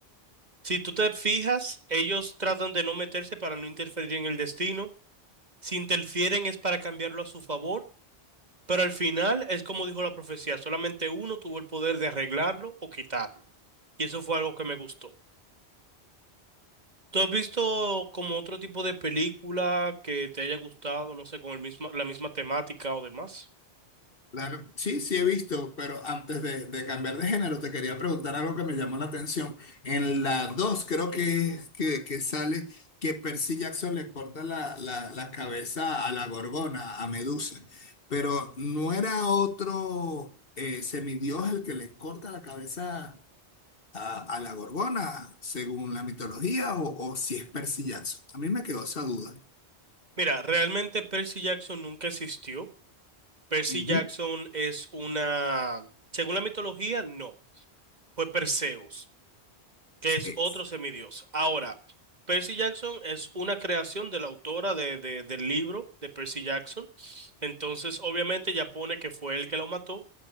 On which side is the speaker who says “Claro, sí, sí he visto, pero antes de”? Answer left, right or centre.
Left